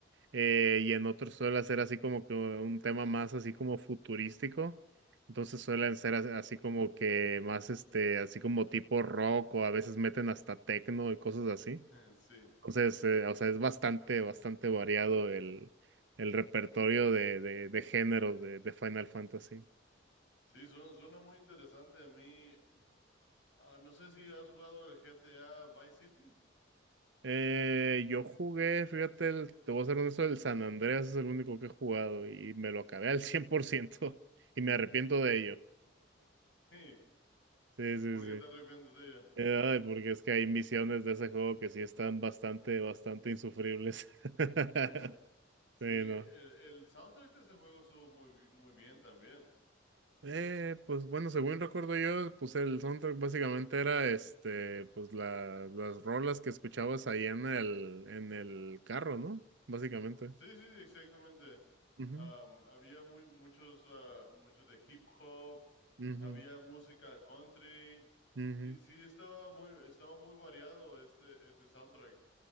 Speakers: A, on the right; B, on the left.
A: eh, y en otros suele ser así como que un tema más así como futurístico, entonces suelen ser as- así como que más este, así como tipo rock o a veces meten hasta techno y cosas así.
B: <laughs> sí.
A: Entonces, eh, o sea, es bastante, bastante variado el, el repertorio de, de, de géneros de, de Final Fantasy.
B: Sí, suena, suena muy interesante. A mí, ah, no sé si has jugado el GTA Vice City.
A: Eh, yo jugué, fíjate, el, te voy a ser honesto, el San Andreas es el único que he jugado y me lo acabé al <laughs> 100% y me arrepiento de ello.
B: <laughs> Sí,
A: Sí, sí,
B: ¿por
A: sí.
B: qué te arrepientes de ella?
A: Eh, ay, porque es que hay misiones de ese juego que sí están bastante, bastante insufribles. <laughs>
B: <laughs> Sí,
A: Sí, no.
B: el, el soundtrack de ese juego estuvo muy, bi- muy bien también.
A: Eh, pues bueno, según recuerdo yo, pues el soundtrack básicamente era este, pues la, las rolas que escuchabas ahí en el, en el carro, ¿no? Básicamente.
B: Sí, sí, exactamente.
A: Ujú.
B: Am, había muy, muchos, ah, muchos de hip hop.
A: Ujú,
B: Había música country.
A: ujú.
B: Sí, sí, estaba muy, estaba muy variado este, ese soundtrack.